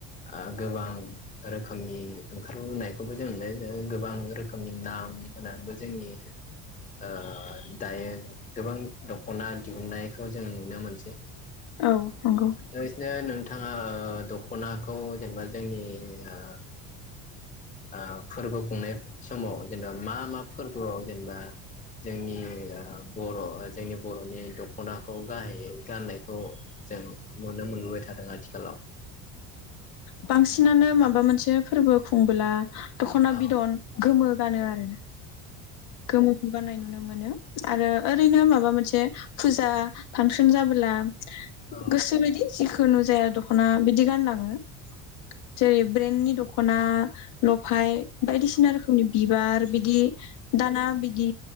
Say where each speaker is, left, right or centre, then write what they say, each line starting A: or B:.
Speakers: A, on the left (about 25°); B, on the left (about 65°).
A: ओ गोबां रोखोमनि ओंखारबोनायखौबो जों नुनो गोबां रोखोमनि नाम होनानैबो जोंनि ओ दायो गोबां दख'ना दिहुननायखौ जों नुनो मोनसै
B: औ नंगौ
A: लोगोसेनो नोंथाङा द दख'नाखौ जेनेबा जोंनि ओ ओ फोरबो खुंनाय समाव जेनेबा मा मा फोरबोआव जेनेबा जोंनि ओ बर' जोंनि बर'नि दख'नाखौ गाहायै गाननायखौ जों नुनो मोनबोबाय थादों आथिखालाव
B: बांसिनानो माबा मोनसे फोरबो खुंबोला दख'ना
A: औ
B: बिदन गोमो गानो आरो गोमोखौ गाननाय नुनो मोनो आरो ओरैनो माबा मोनसे फुजा फांसन जाबोला
A: औ औ
B: गोसो बायदि जेखुनुजाया द दखना बिदि गानलाङो जेरै ब्रेन्डनि दख'ना लफाय बायदिसिना रोखोमनि बिबार बिदि दाना बिदि